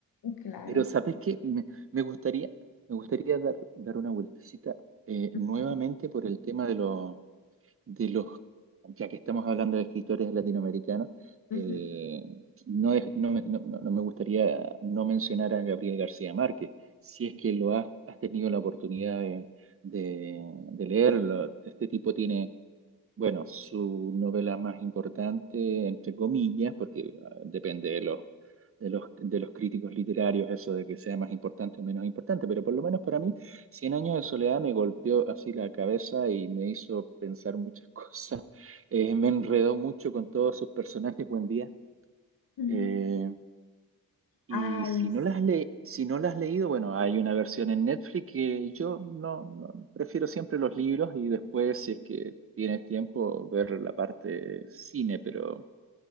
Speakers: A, on the left; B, on the right.
A: Claro.
B: Pero ¿sabes qué? Me, me gustaría, me gustaría dar, dar una vueltecita eh,
A: Ujú,
B: nuevamente por el tema de los, de los, ya que estamos hablando de escritores latinoamericanos,
A: ujú,
B: eh, no, es- no, me- no- no- no me gustaría no mencionar a Gabriel García Márquez, si es que lo has, has tenido la oportunidad de, de, de leerlo. Este tipo tiene bueno, su novela más importante, entre comillas, porque ah, depende de los, de los, de los críticos literarios eso de que sea más importante o menos importante, pero por lo menos para mí, Cien años de soledad me golpeó así la cabeza y me hizo pensar muchas <laughs> cosas. Eh, me enredó mucho con todos sus personajes, buen día.
A: ujú.
B: Eh, y
A: Ay,
B: si no las le, si no las has leído, bueno, hay una versión en Netflix que yo no, no- prefiero siempre los libros y después, si es que tienes tiempo, ver la parte cine, pero